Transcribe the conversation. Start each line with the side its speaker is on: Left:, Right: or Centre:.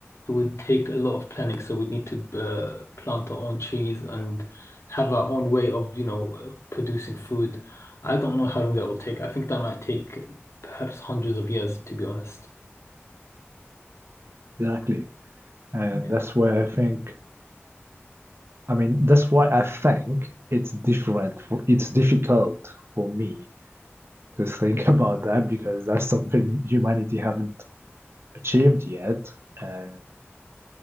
Left: it would take a lot of planning. So we'd need to uh, plant our own trees and have our own way of, you know, uh, producing food. I don't know how long that will take. I think that might take perhaps hundreds of years, to be honest.
Right: Exactly, and
Left: yeah.
Right: that's why I think. I mean, that's why I think it's different. For, it's difficult for me Just think <laughs> about that because that's something humanity haven't achieved yet, and